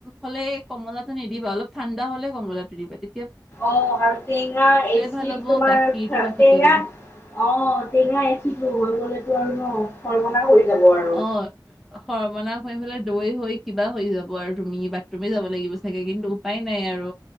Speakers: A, in the centre; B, on the left.
A: হলে কমলাটো নিদিবা অলপ ঠাণ্ডা হলে কমলা দেৰি বাতি
B: অ 'আৰু টেঙা এচিড
A: ভাল হ'ব
B: তোমাৰ
A: গাখীৰটো নাফাটিলে।
B: টেঙা অ টেঙা এচিটো হৈ গলেতো আৰু ন খৰমলা কৰি। আৰু
A: অ সৰ্বনাশ হৈ কিবা হৈ যাব আৰু তুমি বা তুমি যাব লাগিব চাগে কিন্তু উপায় নাই আৰু